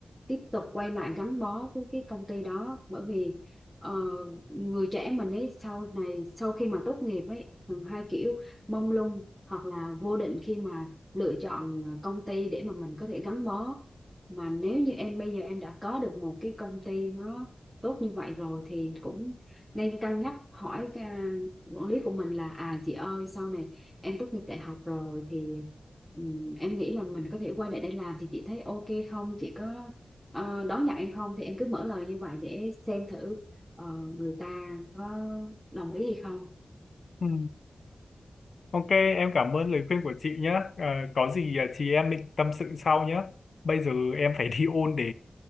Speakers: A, in the centre; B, on the left.
A: tiếp tục quay lại gắn bó với cái công ty đó bởi vì ờ, người trẻ mình ấy sau này sau khi mà tốt nghiệp ấy thường hai kiểu mông lung hoặc là vô định khi mà lựa chọn công ty để mà mình có thể gắn bó mà nếu như em bây giờ em đã có được một cái công ty nó tốt như vậy rồi thì cũng nên cân nhắc hỏi cái, à, quản lý của mình là à chị ơi sau này em tốt nghiệp đại học rồi thì ừm, em nghĩ là mình có thể quay lại đây làm thì chị thấy ok không chị có ờ, đón nhận em không thì em cứ mở lời như vậy để xem thử ờ, người ta có đồng ý hay không
B: Ừ. Ok em cảm ơn lời khuyên của chị nhé Ờ, có gì ờ, chị em mình tâm sự sau nhé bây giờ em phải đi ôn để